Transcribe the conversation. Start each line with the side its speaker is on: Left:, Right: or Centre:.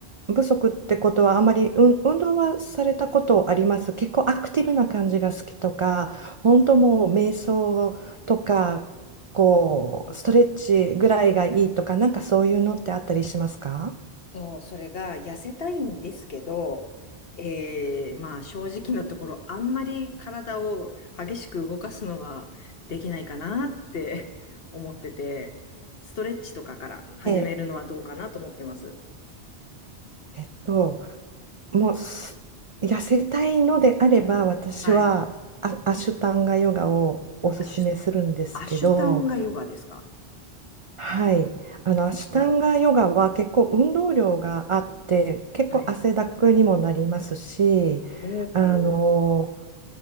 Right: 不足ってことはあまり、うん、運動はされたことあります結構アクティブな感じが好きとか、本当もう瞑想とか、こう、
Left: うん
Right: ストレッチぐらいがいいとか、なんかそういうのってあったりしますか
Left: と、それが痩せたいんですけど、えー、まあ正直なところ、あんまり体を激しく動かすのはできないかなって <laughs> 思ってて、ストレッチとかから始めるのはどうかなと思ってます。
Right: えええっともうす痩せたいのであれば私はア、
Left: はい。
Right: アシュタンガヨガをおすすめするんですけど、
Left: あしゅアシュタンガヨガですか
Right: はい、あのアシュタンガヨガは結構運動量があって結構汗だくにもなりますしあの
Left: おうはい。おお